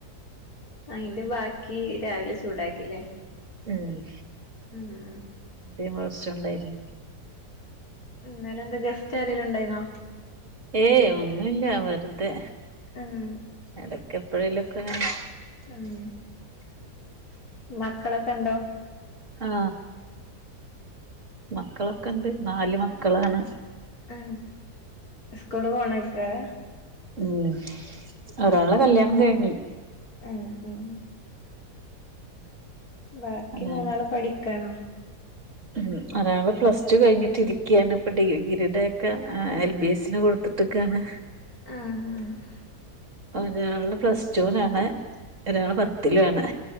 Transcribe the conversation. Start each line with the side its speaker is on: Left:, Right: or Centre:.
Left: അയ്ന്റെ ബാക്കി രാവിലെ ചൂടാക്കില്ലേ?
Right: ഉം
Left: മ്
Right: യും പ്രശം ണ്ടായി
Left: ഇന്നലന്താ ഗസ്റ്റ് ആരിലണ്ടായിന്നോ?
Right: ഏയ് ഒന്നുല്ല വെറുതെ
Left: ഉം
Right: ഇടക്ക എപ്പഴേലൊക്കെങ്ങനെ.
Left: ഉം മക്കളൊക്കെ ഉണ്ടോ?
Right: ആ മക്കളൊക്കെ ഇണ്ട് നാല് മക്കളാണ്.
Left: ആ സ്കൂള് പോണായിക്കാര
Right: ഉം ഒരാള കല്ല്യാണം കയ്ഞ്.
Left: ഏ ഉം ബാക്കി
Right: അതാണ്
Left: മൂന്നാളും പഠിക്കണ?
Right: ഉം അതാവൾ പ്ലസ് ടു കഴിഞ്ഞിട്ടിരിക്കണ് ഇപ്പൊ ഡിഗ്രീഡ ഒക്കെ എൽ ബി എസ്സിന് കൊടുത്തി ക്കാണ്
Left: ആ ആ
Right: ഒരാൾ പ്ലസ് ടുലാണ് ഒരാള്
Left: ആഹ്
Right: പത്തിലും ആണ്